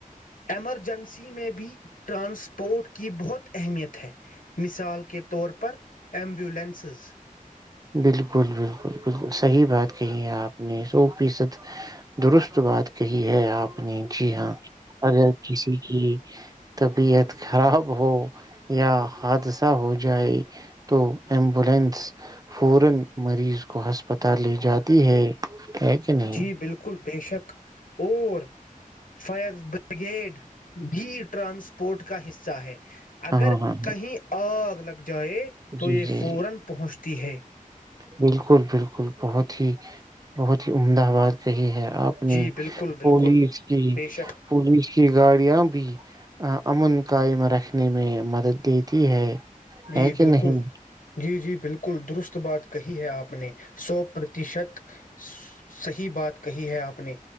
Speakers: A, on the left; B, on the right.
A: ایمرجنسی میں بھی ٹرانسپورٹ کی بہت اہمیت ہے مثال کے طور پر ایمبولینس ققھض
B: بالکل بالکل بالکل صحیح بات کہی ہے آپ نے سو فیصد درست بات کہی ہے آپ نی جی ہاں اگر کسی کی طبیعت خراب ہو یا حادثہ ہو جائے تو ایمبولینس فورا مریض کو ہسپتال لے جاتی ہے ہے کہ نہیں
A: جی بالکل بے شک اور فیض ب گیڈ بھی ٹرانسپورٹ کا حصہ ہے اگر
B: ہاں ہاں ہاں
A: کہیں اگ لگ جائے تو
B: جی
A: یہ
B: جی
A: فورا پہنچتی ہے
B: بالکل بالکل بہت ہی بہت ہی عمدہ آواز کہی ہے اپنی
A: جی بالکل بالکل
B: پولیس کی
A: بے شک
B: پولیس کی گاڑیاں بھی امن قائم رکھنے میں مدد دیتی ہے
A: جی
B: ہے کہ
A: بالکل
B: نہیں
A: جی جی بالکل درست بات کہی ہے آپ نے سو پرتیشت صحیح بات کہی ہے آپ اپنےنی